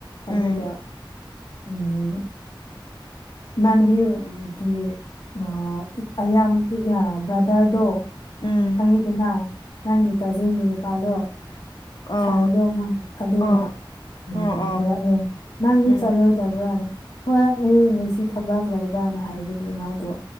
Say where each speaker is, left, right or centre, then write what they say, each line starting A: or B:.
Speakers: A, on the left; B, on the left.
A: ꯎꯝ ꯎꯝ
B: ꯑꯗꯨꯗ ꯎꯝ ꯏꯃꯥꯟꯅꯕꯤ ꯒꯤ ꯑ ꯑꯌꯥꯝꯗꯤ ꯌꯥ ꯕ꯭ꯔꯗꯔꯗꯣ
A: ꯎꯝ ꯎꯝ
B: ꯈꯪꯉꯤꯗꯅ ꯅꯪꯒꯤ ꯀꯥꯖꯤꯟꯒꯤ ꯅꯨꯄꯥꯗꯣ
A: ꯑꯣ
B: ꯁꯥꯏꯗꯣ ꯑꯃ ꯑꯗꯨꯅ
A: ꯑꯣ
B: ꯎꯝ
A: ꯑꯣ ꯑꯣ
B: ꯍꯥꯏꯔꯛꯑꯦ ꯅꯪꯗꯤ
A: ꯎꯝ
B: ꯆꯠꯂꯣꯏꯗꯕ꯭ꯔꯥꯅ ꯍꯣꯏ ꯑꯩ ꯉꯁꯤ ꯊꯕꯛ ꯂꯩꯕꯅ ꯍꯥꯏꯕꯒꯤ ꯃꯥꯗꯣ